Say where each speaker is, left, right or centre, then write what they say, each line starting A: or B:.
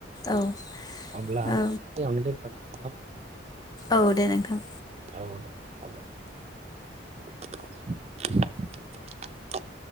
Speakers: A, on the left (about 20°); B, on the right (about 35°).
A: औ
B: अब्ला
A: औ
B: जों दोनथ'नसै नङा होमबा?
A: औ दे नोंथां।
B: औ दे अब्ला। <inaudible>